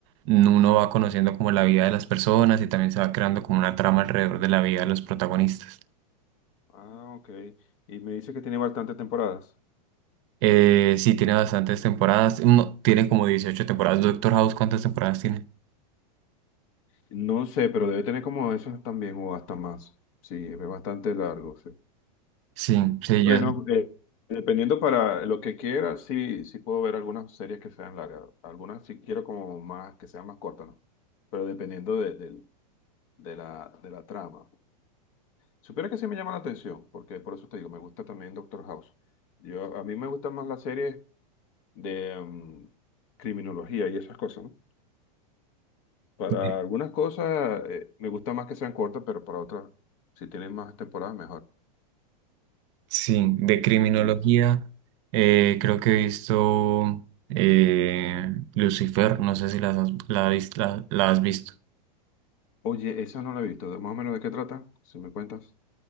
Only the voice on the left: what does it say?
ah, ok. Y me dice que tiene bastantes temporadas.
No sé, pero debe tener como esos también o hasta más. Sí, es bastante largo, sí.
Bueno,
eh, dependiendo para lo que quiera, sí, sí puedo ver algunas series que sean largas. Algunas sí quiero como más, que sean más cortas, ¿no? Pero dependiendo de, de- de la, de la trama. Supiera que sí me llama la atención, porque por eso te digo, me gusta también Doctor House. Yo, a mí me gustan más las series de mm, criminología y esas cosas, ¿no? Para
algunas cosas eh, me gusta más que sean cortas, pero para otras, si tienen más temporadas, mejor.
Fino.
Oye, esa no la he visto. Más o menos de qué trata, si me cuentas.